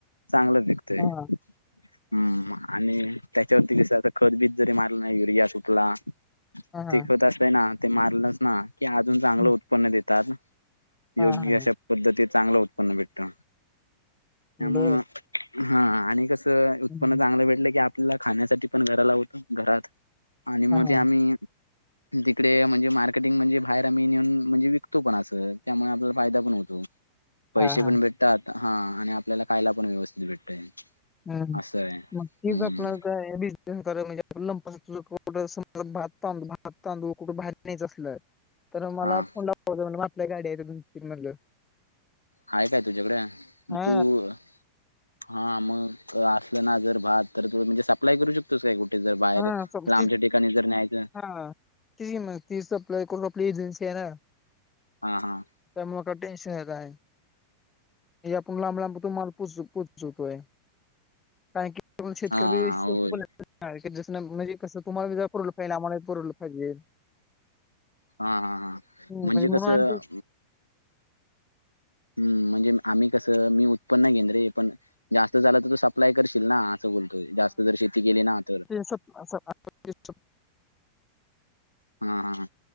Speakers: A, on the left; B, on the left.
A: चांगलं पी तय,
B: हां, हां.
A: हम् म आणि त्याच्यावरती कसं आता खतबीत जरी मारलं ना, युरिया, शुपला
B: हां, हां, हां. हां, हां.
A: ते खत अस हे ना? ते मारलंच ना? की अजून चांगलं
B: हं.
A: उत्पन्न देतात. योग्य
B: हां, हां.
A: अशा पद्धती चांगलं उत्पन्न भेटत. त्यामूळ
B: बरं.
A: हा आणि कस उत्पन्न
B: हं, हं.
A: चांगलं भेटलं की आपल्याला खाण्यासाठी पण घराला वत घरात आणि मग
B: हां, हां.
A: आम्ही तिकडे म्हणजे मार्केटिंग म्हणजे बाहेर आम्ही नेऊन म्हणजे विकतो पण असं त्यामुळे आपल्याला फायदा पण होतो. पैसे
B: हां,
A: पण भेटतात हा आणि आपल्याला खायला पण व्यवस्थित भेटतय.
B: हम्
A: असं आहे. हम्म
B: मग कीच आपल <unintelligible> भात तांदू भात तांदू कुठं भाइर नाहीच असल तर मला
A: हा
B: फोन लावाच म्हण मग आपल्या गाडी आहेत्या दोन तीन म्हणलं
A: हाय काय तुझ्याकड?
B: हा
A: तू - हा मग असलं ना जर भात तर तु म्हणजे सप्लाय करू शकतो. करतोस काय कुठे? जर बाहेर
B: हा सप-
A: लांबच्या ठिकाणी जर न्यायचं
B: हा. तिच की मग ' ती सप्लाय कोण? रप्ली एजनसी आहे ना?
A: हा हा.
B: त्यामुळ का टेन्शन नाय काय. हे आपण लांब लांब तुम्हाला पुसू - पू चुतोय कारण की आपण शेतकरी
A: हा
B: बी स्वस्त
A: होय
B: ह जसं म्हणजे कसं तुम्हाला जरा पुरल पाहिजे आम्हाला बी पुरवलं पाहिजे.
A: हा हा हा
B: हं,
A: म्हणजे
B: म्हणून
A: कसं?
B: आम्ही ते-
A: हम्म म्हणजे आम्ही कसं मी उत्पन्न घेन रे पण जास्त झाल तर तो सप्लाय करशील ना? असं बोलतोय. जास्त जर शेती केली ना? तर
B: <unintelligible>
A: हा हा